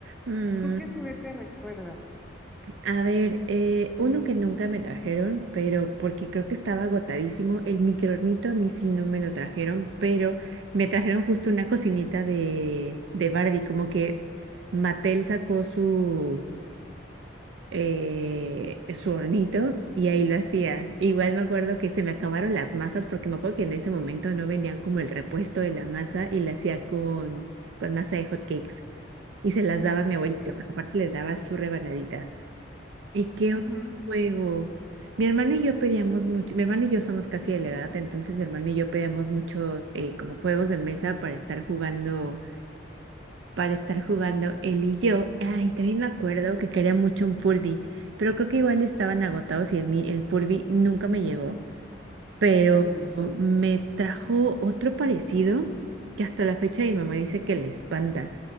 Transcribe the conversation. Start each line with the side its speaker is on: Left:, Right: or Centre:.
Right: Mm,
Centre: ¿Tú qué juguete recuerdas?
Right: a ver, eh, uno que nunca me trajeron, pero porque creo que estaba agotadísimo, el microornito a mí sí no me lo trajeron, pero me trajeron justo una cocinita de, de Barbie, como que Mattel sacó su, eh, su hornito y ahí lo hacía. Igual me acuerdo que se me acabaron las masas, porque me acuerdo que en ese momento no vendían como el repuesto de la masa y la hacía con, con masa de hot cakes. Y se las daba a mi
Centre: Ok.
Right: abuelito, aparte le daba su rebanadita. ¿Y qué otro
Centre: Ujú.
Right: juego? Mi hermano y yo pedíamos mucho, mi hermano y yo somos casi de la edad, entonces mi hermano y yo pedíamos muchos eh, como juegos de mesa para estar jugando, para estar jugando él y yo. Ay, también me acuerdo que quería mucho un Furby, pero creo que igual estaban agotados y a mí el Furby nunca me llegó pero
Centre: Mm,
Right: me trajo otro parecido que hasta la fecha mi mamá dice que le espanta.